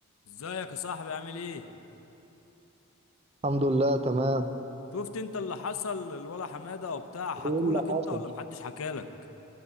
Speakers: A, on the left (about 70°); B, on the right (about 30°).
A: ازيك يا صاحبي عامل ايه
B: الحمد لله تمام
A: شفت انت اللي حصل الولا حمادة وبتاع حكولك
B: ايه اللي حصل
A: انت ولا محدش حكالك